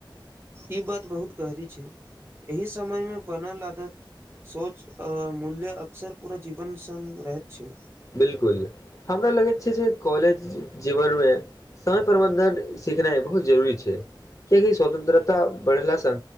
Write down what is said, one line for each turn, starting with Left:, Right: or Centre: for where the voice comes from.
Right: ई बात बहुत गहरी छै एहि समय मे बनल आदत सोच मूल्य अक्सर पूरा जीवन संग रहैत छै
Left: बिलकुल हमरा लगैत छै जे कॉलेज जीवनमे समय प्रबन्धन सिखनाइ बहुत जरूरी छै कियकि स्वतन्त्रता बढ़ला स